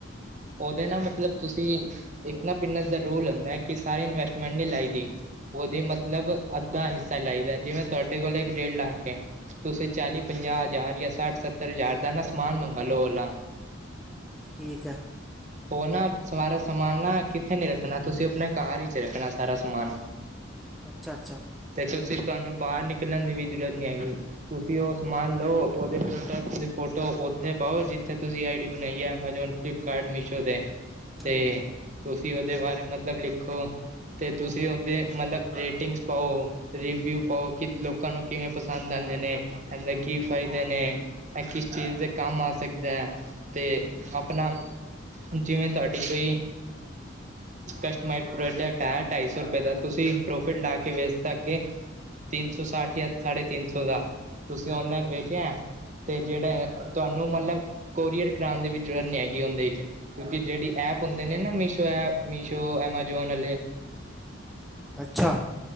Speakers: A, on the right; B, in the centre.
A: ਉਹਦੇ ਨਾ ਮਤਲਬ ਤੁਸੀਂ ਇੱਕ ਨਾ ਬਿਨਸ ਦਾ ਰੋਲ ਹੁੰਦਾ ਕਿ ਸਾਰੇ ਇਨਵਸ ਪੇਮਟ ਨਹੀਂ ਲਾਈ ਦੀ ਉਹਦੇ ਮਤਲਬ ਅੱਧਾ ਹਿੱਸਾ ਲਾਈ ਦਾ ਜਿਵੇਂ ਤੁਹਾਡੇ ਕੋਲ ਇੱਕ ਡੇਢ ਲੱਖ ਏ। ਤੁਸੀਂ
B: ਹਾਂਜੀ
A: ਚਾਲੀ, ਪੰਜਾਹ ਹਜ਼ਾਰ ਜਾਂ ਸੱਠ, ਸੱਤਰ ਹਜ਼ਾਰ ਦਾ ਨਾ ਸਮਾਨ ਮੰਗ ਲਓ ਉਦਾ
B: ਠੀਕ ਆ।
A: ਉਹ ਨਾ ਸਾਰਾ ਸਮਾਨ ਨਾ ਕਿੱਥੇ ਨੀ ਰੱਖਣਾ ਤੁਸੀਂ ਆਪਣੇ ਘਰ ਹੀ ਚ ਰੱਖਣਾ ਸਾਰਾ ਸਮਾਨ
B: ਅੱਛਾ- ਅੱਛਾ।
A: ਤੇ ਤੁਸੀਂ ਤੁਹਾਨੂੰ ਬਾਹਰ ਨਿਕਲਣ ਦੀ ਵੀ ਜ਼ਰੂਰਤ ਨੀ ਹੈਗੀ। ਤੁਸੀਂ ਉਹ ਸਮਾਨ ਲਓ ਉਹਦੇ ਪ੍ਰੋਡਕਟ ਦੀ ਫੋਟੋ ਉੱਥੇ ਪਾਓ ਜਿੱਥੇ ਤੁਸੀਂ ਆਈ ਡੀ ਬਣਾਈਏ ਐਮਾਜੋਨ ਫਲੀਪ ਕਾਡ ਮਿਸ਼ੋ ਦੇ ਤੇ
B: ਹਾਂਜੀ ਹਾਂਜੀ
A: ਤੁਸੀਂ ਉਹਦੇ ਬਾਰੇ ਮਤਲਬ ਲਿਖੋ। ਤੇ ਤੁਸੀਂ ਉਹਦੇ ਮਤਲਬ ਰੇਟਿੰਗਸ ਪਾਓ। ਰਿਵਿਊ ਪਾਓ ਕਿ ਲੋਕਾਂ ਨੂੰ ਕਿਵੇਂ ਪਸੰਦ ਆਂਦੇ ਨੇ ਇਹਦੇ ਕੀ ਫਾਇਦੇ ਨੇ ਇਹ ਕਿਸ ਚੀਜ਼ ਦੇ ਕੰਮ ਆ ਸਕਦਾ ਏ ਤੇ ਆਪਣਾ ਜਿਵੇਂ ਤੁਹਾਡੀ ਕੋਈ ਕਸਟਮਾਈ ਪ੍ਰੋਡਕਟ ਢਾਈ ਸੌ ਰੁਪਏ ਦਾ ਤੁਸੀਂ ਪ੍ਰੋਫਿਟ ਲਾ ਕੇ ਵੇਚ ਤਾਂ ਅੱਗੇ ਤਿੰਨ ਸੌ ਸੱਠ ਜਾਂ ਸਾਢੇ ਤਿੰਨ ਸੌ ਦਾ ਤੁਸੀਂ
B: ਹਾਂਜੀ
A: ਓਨਲਾਈਨ
B: ਹਾਂਜੀ
A: ਵੇਚੇ ਐ ਤੇ ਜਿਹੜੇ ਤੁਹਾਨੂੰ ਮਤਲਬ ਕੋਰੀਅਰ ਕਰਾਉਣ ਦੀ ਵੀ ਜ਼ਰੂਰਤ ਨੀ ਆਏਗੀ ਉਹਦੇ ਚ ਕਿਉਂਕਿ ਜਿਹੜੀ ਐਪ ਹੁੰਦੇ ਨੇ ਨਾ ਮੀਸ਼ੋ ਐਪ ਮੀਸ਼ੋ ਐਮਾਜੋਨ ਆਲੇ
B: ਅੱਛਾ।